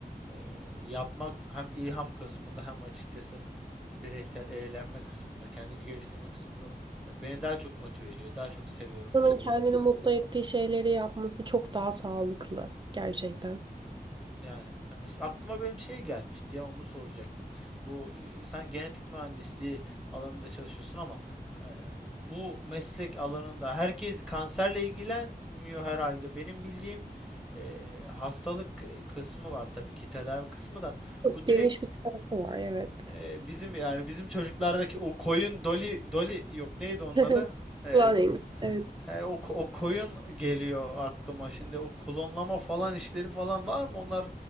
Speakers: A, in the centre; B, on the right.
A: e, yapmak hem ilham kısmında hem açıkçası bireysel eğlenme kısmında, kendini geliştirme kısmında beni daha çok motive ediyor, daha çok seviyorum
B: İnsanın
A: diyebilirim.
B: kendini mutlu ettiği şeyleri yapması çok daha sağlıklı gerçekten.
A: Yani, yani işte aklıma benim şey gelmişti ya onu soracaktım. Bu e, sen genetik mühendisliği alanında çalışıyorsun ama e, bu meslek alanında herkes kanserle ilgilenmiyor herhalde. Benim bildiğim e, hastalık e, kısmı var tabii ki tedavi kısmı da.
B: Çok
A: Bu
B: geniş
A: direkt
B: bir skalası var evet.
A: e, bizim yani bizim çocuklardaki o koyun doli doli yok neydi onun adı?
B: <laughs>
A: E,
B: Planning.
A: ko-
B: Evet.
A: he, o, ko- o koyun geliyor aklıma şimdi o klonlama falan işleri falan var mı onlar